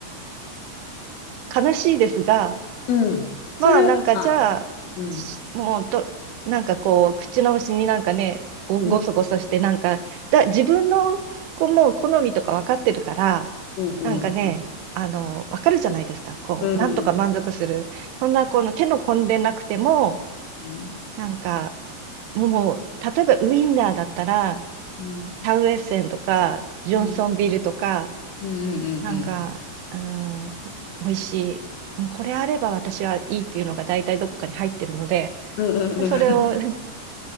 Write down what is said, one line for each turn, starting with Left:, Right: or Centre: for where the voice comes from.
Right: 悲しいですが、
Left: うん。うん。
Right: まあ、
Left: それはまあ、
Right: なんか、じゃあ、
Left: うん。
Right: しもうど、なんかこう、口直しになんかね、ご、ごそごそして、
Left: うん
Right: なんか、だ、自分の、こう、もう好みとか分かってるから、
Left: うん
Right: なんかね、
Left: うん。
Right: あの、わかるじゃないですか。こう、
Left: うん。
Right: なんとか満足する。そんな、この手の込んでなくても、
Left: うん
Right: なんか、もう、例えばウインナーだったら、
Left: うん、
Right: シャウエッセンとか、ジョンソンビールとか、
Left: うん、うん、うん、
Right: なんか、うーん、美味しい。もうこれあれば私はいいっていうのが大体どっかに入ってるので、
Left: うん。うんうんう
Right: それを <laughs>